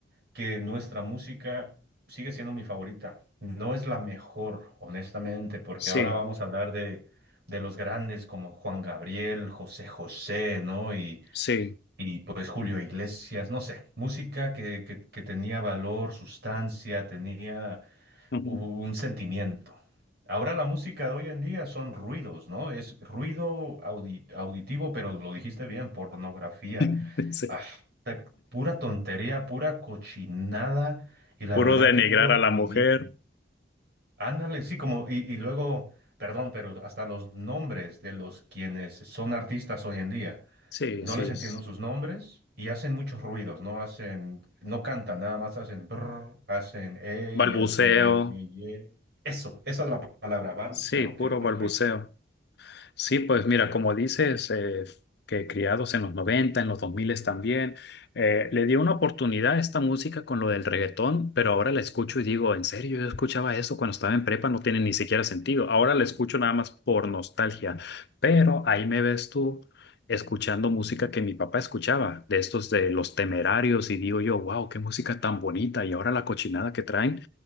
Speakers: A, on the right; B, on the left.
A: que nuestra música sigue siendo mi favorita. No es la mejor, honestamente, porque
B: Sí,
A: ahora vamos a hablar de, de los grandes como Juan Gabriel, José José, ¿no? Y,
B: sí.
A: y pues Julio Iglesias, no sé, música que, que que tenía valor, sustancia, tenía
B: Ujú.
A: un sentimiento. Ahora la música de hoy en día son ruidos, ¿no? Es ruido audi- auditivo, pero lo dijiste bien, pornografía.
B: <laughs> Sí.
A: Ah, ta- pura tontería, pura cochinada y la
B: Puro
A: verdad
B: denigrar
A: que puro
B: a la
A: ruidito.
B: mujer.
A: Ándale, sí, como, y, y luego, perdón, pero hasta los nombres de los quienes son artistas hoy en día.
B: Sí,
A: No
B: sí.
A: les entiendo
B: es
A: sus nombres y hacen muchos ruidos, no hacen, no cantan, nada más hacen brr, hacen eh
B: Balbuceo.
A: y hacen ye, ye, ye. Eso, esa es la palabra, balbuceo,
B: Sí, puro
A: qué perfecto.
B: balbuceo. Sí, pues mira, como dices, eh, que criados en los 90, en los 2000 también, eh, le dio una oportunidad a esta música con lo del reggaetón, pero ahora la escucho y digo, en serio, yo escuchaba eso cuando estaba en prepa, no tiene ni siquiera sentido. Ahora la escucho nada más por nostalgia, pero ahí me ves tú escuchando música que mi papá escuchaba, de estos de Los Temerarios, y digo yo, wow, qué música tan bonita, y ahora la cochinada que traen.